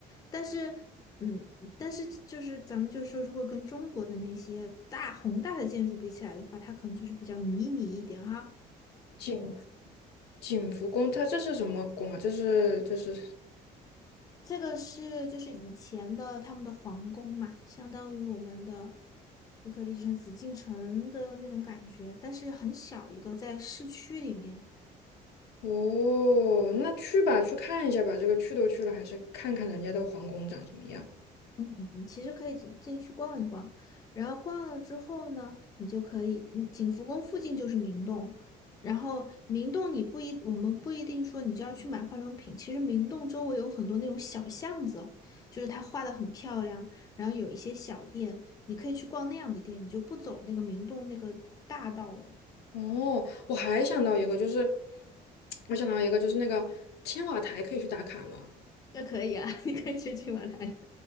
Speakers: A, on the left; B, on the left.
A: 但是，嗯，但是就是咱们就说，如果跟中国的那些大宏大的建筑比起来的话，它可能就是比较迷你一点哈。
B: 景景福宫，它这是什么宫啊？这是这是。
A: 这个是就是以前的他们的皇宫嘛，相当于我们的乌克丽之城、紫禁城的那种感觉，但是很小一个，在市区里面。
B: 哦，那去吧，去看一下吧。这个去都去了，还是看看人家的皇宫长什么样。
A: 嗯，其实可以进进去逛一逛，然后逛了之后呢，你就可以，嗯景福宫附近就是明洞，然后明洞你不一，我们不一定说你就要去买化妆品，其实明洞周围有很多那种小巷子，就是它画的很漂亮，然后有一些小店，你可以去逛那样的店，你就不走那个明洞那个大道了。
B: 哦，我还想到一个，就是我想到一个，就是那个青瓦台可以去打卡吗？
A: 那可以啊，<laughs> 你可以去金晚来。